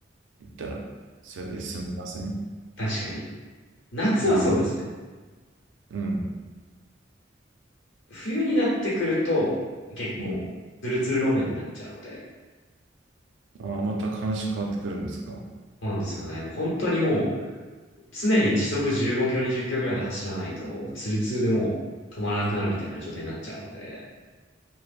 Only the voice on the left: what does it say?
確かに。夏はそうですね。
冬になってくると、結構、
ツルツル路面になっちゃうので、
そうなんですよね。もう本当にもう、常に時速15キロ、20キロぐらいで走らないと、ツルツルでもう止まらなくなるみたいな状態になっちゃうので、